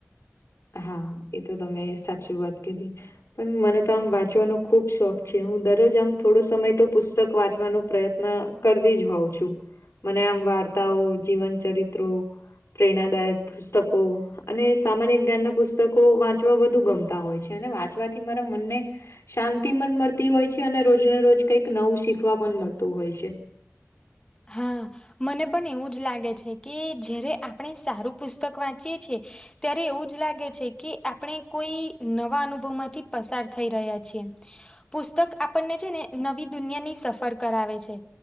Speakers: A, on the left (about 70°); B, on the left (about 20°).
A: હા એ તો તમે સાચી વાત કીધી પણ મને તો આમ વાંચવાનો ખૂબ શોખ છે હું દરરોજ આમ થોડો સમય તો પુસ્તક વાંચવાનો પ્રયત્ન કરતી જ હોઉં છું મને આમ વાર્તાઓ જીવન ચરિત્રો પ્રેરણાદાયક પુસ્તકો અને સામાન્ય જ્ઞાનના પુસ્તકો વાંચવા વધુ ગમતા હોય છે અને વાંચવાથી મારા મનને શાંતિ પણ મળતી હોય છે અને રોજને રોજ કંઈક નવું શીખવા પણ મળતું હોય છે
B: હા મને પણ એવું જ લાગે છે કે જય્યારે આપણે સારું પુસ્તક વાંચીએ છીએ ત્યારે એવું જ લાગે છે કે આપણે કોઈ નવા અનુભવ માંથી પસાર થઈ રહ્યા છીએ પુસ્તક આપણને છે ને નવી દુનિયાની સફર કરાવે છે